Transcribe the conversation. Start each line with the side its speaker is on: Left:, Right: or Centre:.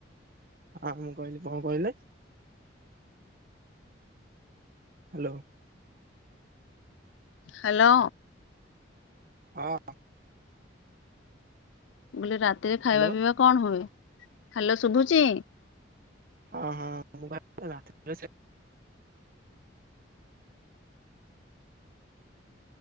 Right: ହଁ ମୁଁ କହିଲି କଣ କହିଲେ? ହ୍ୟାଲୋ।
Left: ହ୍ୟାଲୋ।
Right: ହଁ।
Left: ବୋଇଲେ ରାତିରେ ଖାଇବା
Right: ହ୍ୟାଲୋ
Left: ପିଇବା କଣ ହୁଏ? ହାଲୋ ଶୁଭୁଚି?
Right: ହଁ ହଁ ମୁଁ ରା ସେ